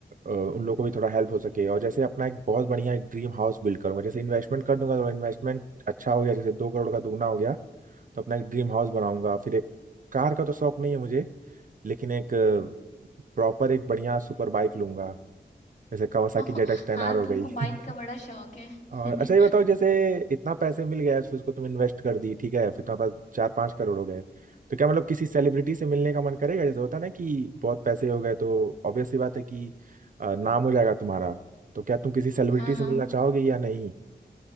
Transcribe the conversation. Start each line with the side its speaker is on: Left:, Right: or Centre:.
Right: अ, उन लोगों को भी थोड़ा हेल्प हो सके और जैसे अपना एक बहुत बढ़िया एक ड्रीम हाउस बिल्ड करूंगा जैसे इन्वेस्टमेंट कर दूंगा तो इन्वेस्टमेंट अच्छा हो गया जैसे दो करोड़ का दुगना हो गया तो अपना एक ड्रीम हाउस बनाऊंगा फिर एक कार का तो शौक नहीं है मुझे लेकिन एक प्रॉपर एक बढ़िया सुपर बाइक लूंगा जैसे कावासाकी
Left: <laughs>
Right: जेड एक्स टेन
Left: हाँ
Right: आर हो
Left: तुमको
Right: गई
Left: बाइक
Right: <laughs>
Left: का बड़ा शौक है
Right: और
Left: <laughs>
Right: अच्छा ये बताओ जैसे इतना पैसे मिल गया फिर उसको तुम इन्वेस्ट कर दी ठीक है फिर तुम्हारे पास चार पांच करोड़ हो गए तो क्या मतलब किसी सेलिब्रिटी से मिलने का मन करेगा जैसे होता है ना कि बहुत पैसे हो गए तो ऑब्वियस सी बात है कि अ, नाम हो जाएगा तुम्हारा तो क्या तुम किसी सेलिब्रिटी
Left: हाँ
Right: से
Left: हाँ
Right: मिलना चाहोगे या नहीं